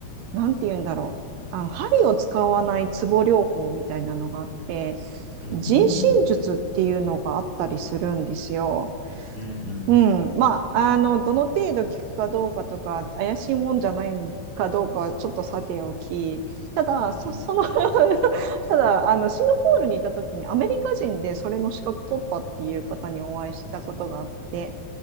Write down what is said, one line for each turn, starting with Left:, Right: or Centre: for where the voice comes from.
Right: なんて言うんだろう。あの、針を使わないツボ療法みたいなのがあって、
Left: うん。
Right: 人身術っていうのがあったりするんですよ。
Left: うん、うん。
Right: うん、まあ、あの、どの程度聞くかどうかとか、怪しいもんじゃないかどうかはちょっとさておき、ただ、
Left: うん、
Right: そ、その <laughs> ただ、あの、シンガポールにいた時にアメリカ人でそれの資格取ったっていう方にお会いしたことがあって、